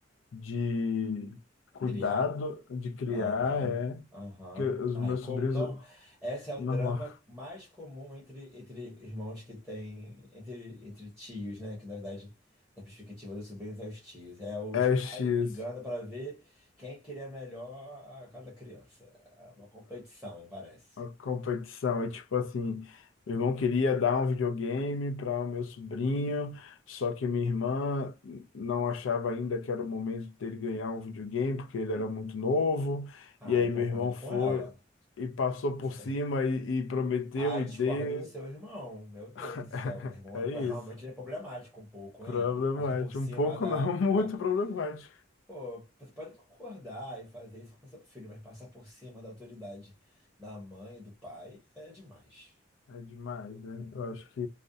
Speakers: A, on the left; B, in the centre.
A: de cuidado,
B: Criar?
A: de criar,
B: Aham,
A: é,
B: aham.
A: que os
B: Ai,
A: meus
B: com,
A: sobrinhos,
B: norma, essa é o
A: normal,
B: drama mais comum entre, entre irmãos que tem, entre, entre tios, né? Que na verdade, da perspectiva dos sobrinhos, é os tios. É os
A: <laughs> estes,
B: pais brigando para ver quem cria melhor a cada criança. É uma competição, parece.
A: A competição é tipo assim, meu irmão queria dar um videogame para o meu sobrinho, só que minha irmã não achava ainda que era o momento dele ganhar um videogame, porque ele era muito novo.
B: Ah,
A: E aí
B: eu
A: meu
B: concordo
A: irmão foi
B: com ela.
A: e passou por cima
B: <laughs>
A: e, e prometeu
B: Ah, discordo
A: e deu.
B: do seu irmão. Meu Deus
A: <laughs>
B: do céu, meu irmão
A: É
B: é,
A: isso.
B: realmente ele é problemático um pouco,
A: Problemático,
B: hein? Passar por cima
A: um pouco
B: da,
A: não,
B: da,
A: <laughs> muito problemático.
B: Pô, você pode concordar e fazer isso com seu filho, mas passar por cima da autoridade da mãe e do pai é demais.
A: É demais, né? Eu acho que